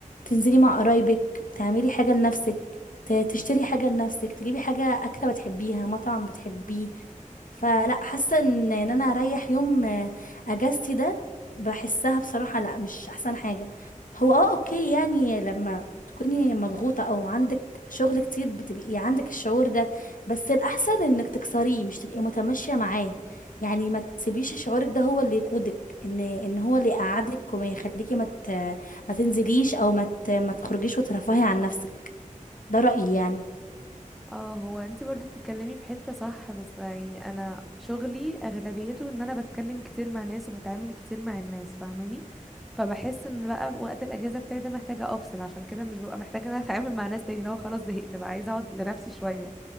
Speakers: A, on the left (about 80°); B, in the centre.
A: تنزلي مع قرايبك تعملي حاجه لنفسك ت- تشتري حاجه لنفسك تجيبي حاجه اكله بتحبيها مطعم بتحبيه فلا حاسه ان إن انا اريح يوم آه، اجازتي ده بحسها بصراحه لا مش احسن حاجه هو اه اوكي يعني لما تكوني مضغوطه او عندك شغل كتير بتبقي عندك الشعور ده بس الاحسن انك تكسريه مش تبقي متماشيه معاه يعني ما تسيبيش شعورك ده هو اللي يقودك ان ان هو اللي يقعدك وما يخليكي ما ت- ما تنزليش او ما ت- ما تخرجيش وترفهي عن نفسك ده رأيي يعني
B: اه هو انت برضو بتتكلمي في حتة صح بس يعني انا شغلي اغلبيته ان انا بتكلم كتير مع ناس وبتعامل كتير مع الناس فاهماني فبحس ان بقى وقت الاجازة بتاعي ده محتاجة افصل عشان كده مش ببقى محتاجة ان انا <laughs> اتعامل مع ناس تاني لو خلاص زهقت بقى عايزة اقعد لنفسي شوية